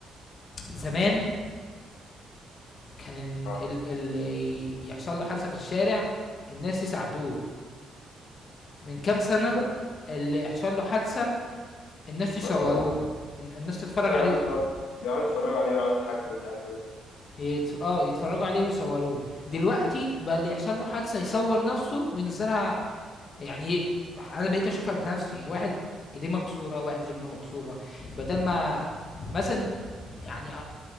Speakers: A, on the left; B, on the left.
A: زمان كان ال-
B: اه
A: ال- اللي يحصل له حادثه في الشارع الناس يساعدوه من كام سنه
B: بس
A: اللي يحصل له حادثه الناس يصوروه
B: بس اتفرج عليه
A: ال- الناس تتفرج
B: أيوة،
A: عليه
B: يقعد
A: و-
B: يتفرج يقعد يتفرج عليه ويقعد يضحك ومش عارف إيه
A: يتف... اه يتفرجوا عليه ويصوروه دلوقتي بقى اللي يحصل له حادثه يصور نفسه وينزلها يعني ايه انا بقيت اشوفها بنفسي واحد ايديه مكسوره واحد رجله مكسوره بدل ما مثلا يعني